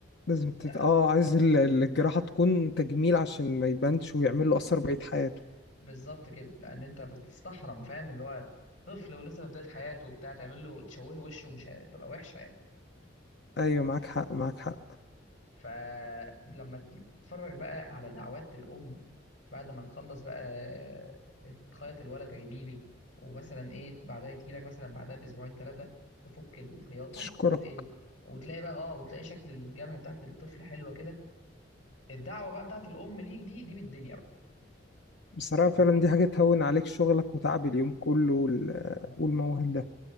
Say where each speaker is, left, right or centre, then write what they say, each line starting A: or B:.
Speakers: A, on the left; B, on the left.
A: لازم تت...
B: لا
A: اه عايز ال- ال- الجراحة تكون تجميل عشان ما يبانش ويعمل له أثر بقية حياته
B: بالظبط كده لان انت بتستحرم فاهم اللي هو طفل ولسه في بدايه حياته وبتاع تعمل له تشوه له وشه ومش هتبقى وحشه يعني
A: أيوه معاك حق معاك حق
B: فلما تتفرج بقى على دعوات الام بعد ما تخلص بقى آه، تخيط الولد جميلي ومثلا ايه بعدها يجي لك مثلا بعدها باسبوعين ثلاثه تفك الخياطه
A: أشكرك
B: وتلاقي وتلاقي بقى اه وتلاقي شكل الجبهه بتاعت الطفل حلوه كده الدعوه بقى بتاعت الام ليك دي دي بالدنيا بقى
A: بصراحة
B: فاهم
A: فعلا
B: قصدي؟
A: دي حاجة تهون عليك شغلك وتعب اليوم كله وال-
B: اه
A: والموال ده